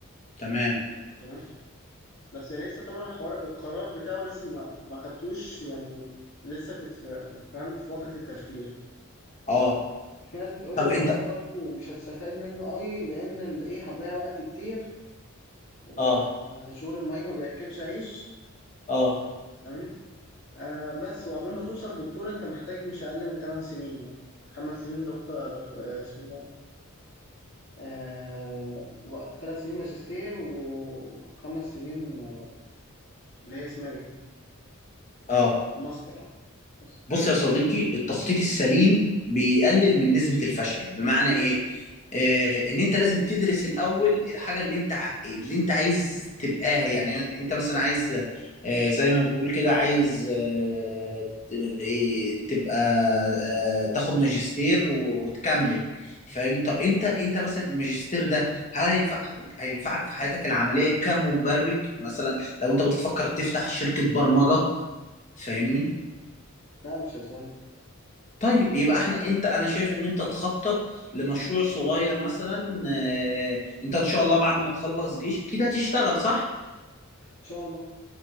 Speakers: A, on the left; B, on the left.
A: تمام
B: تمام بس لسه طبعا الحوار القرار بتاعه لسه ما ما خدتوش يعني لسه في في- فاهم في فترة التفكير
A: اه
B: في ناس بتقول
A: طب
B: لي ان
A: انت
B: هو برضو مش هتستفاد منه قوي لان ال- ايه هتضيع وقت كتير وشغل
A: اه
B: الماين ما بياكلش عيش
A: اه
B: فاهمني آه بس وعقبال ما توصل دكتور انت محتاج مش اقل من 8 سنين يعني خمس سنين دكتور دكتور آه، اسمه ده آه ثلاث سنين ماجستير وخمس سنين آه، اللي هي اسمها ايه
A: اه
B: ماستر اه بس
A: بص يا صديقي التخطيط السليم بيقلل من نسبة الفشل بمعنى ايه آه ان انت لازم تدرس الاول الحاجة اللي انت ع- اللي انت عايز تبقاها يعني انت مثلا عايز آه زي ما بتقول كده عايز آه ت- إيه، تبقى آه تاخد ماجستير و- وتكمل فاهم طب انت انت مثلا الماجستير ده هل هينفع هينفعك في حياتك العملية كمبرمج مثلا لو انت بتفكر تفتح شركة برمجة فاهمني
B: ده مش هيساعد
A: طيب يبقى احنا انت انا شايف ان انت تخطط لمشروع صغير مثلا آه، انت ان شاء الله بعد ما تخلص جيش اكيد هتشتغل صح؟
B: شاء الله